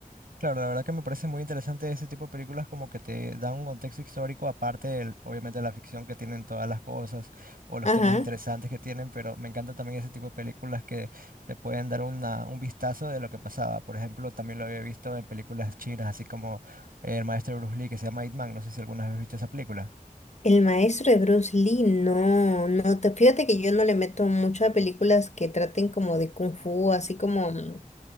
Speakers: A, on the right; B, on the left.
A: Claro, la verdad que me parece muy interesante ese tipo de películas como que te dan un contexto histórico aparte del, obviamente, de la ficción que tienen todas las cosas o los
B: Ajá.
A: temas interesantes que tienen, pero me encanta también ese tipo de películas que te pueden dar una, un vistazo de lo que pasaba. Por ejemplo, también lo había visto en películas chinas, así como eh, el maestro Bruce Lee que se llama Ip Man, no sé si alguna vez viste esa película.
B: El maestro de Bruce Lee, no, no te, fíjate que yo no le meto mucho a películas que traten como de kung fu, así como mm,